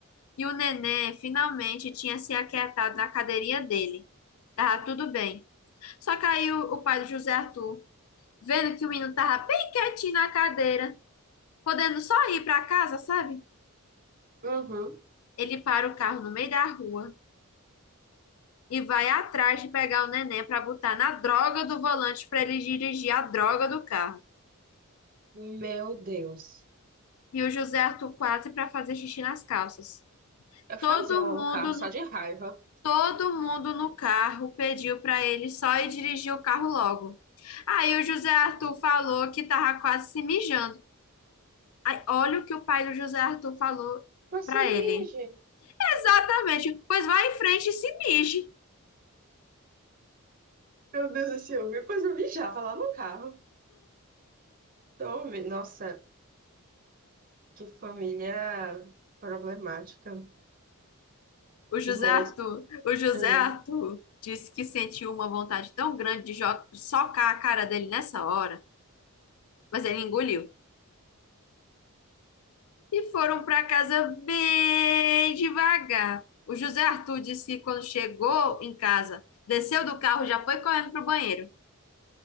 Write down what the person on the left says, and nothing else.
E o neném finalmente tinha se aquietado na cadeirinha dele. Tava tudo bem. Só que aí o, o pai de José Arthur, vendo que o menino tava bem quietinho na cadeira, podendo só ir para casa, sabe?
Ele para o carro no meio da rua e vai atrás de pegar o neném para botar na droga do volante para ele dirigir a droga do carro.
E o José Arthur quase para fazer xixi nas calças.
Todo
mundo,
no-
todo mundo no carro pediu para ele só ir dirigir o carro logo. Aí o José Arthur falou que tava quase se mijando. Aí, olha o que o pai do José Arthur falou
para
ele. Exatamente. Pois vai em frente e se mije.
O
José
Arthur, o José
Arthur disse que sentiu uma vontade tão grande de jo- socar a cara dele nessa hora, mas ele engoliu. E foram para casa bem devagar. O José Arthur disse que quando chegou em casa, desceu do carro, e já foi correndo pro banheiro.